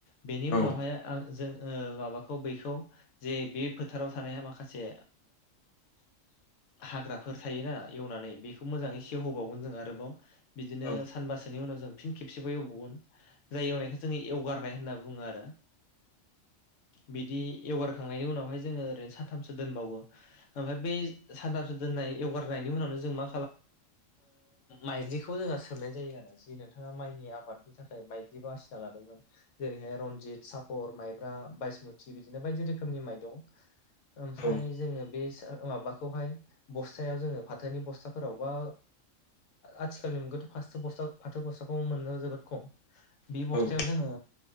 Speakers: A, on the left; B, on the left.
A: बेनि
B: औ
A: उनावहाय आं जों माबाखौ बैखौ जे बे फोथाराव थानाय माखासे हाग्राफोर थायोना एवनानै बेखौ मोजाङै सेवहोबावगोन जों आरोबाव बिदिनो
B: औ नोंथां
A: सानबासोनि उनाव जों फिन खेबसेबबो एवबावगोन जाय एवनायखौ जोङो एवगारनाय होनना बुङो आरो बि बिवगारखांनायनि उनावहाय ज ओरैनो सानथामसो दोनबावो ओमफ्राय बै सानथामसो द ार उनावनो ज मो माइखौ जों सनाय ज नों म आबादनि थाखाय माइ बासिना लादोंमोन जेरैहाय रनजित स फर माइब्रा बासमुथि बिदिनो बायदि रोखोमनि माइ दं ओमफ्राय
B: औ
A: जोङो बे माबाखौहाय बस्थायायाव जोङो फाथोनि बस्थाफोराव बा आथिखालनि मुगथ' फास बस्था फाथो बस्थाखौ मोनदों जोबोद खम बे
B: औ
A: बस्थायाव जोङो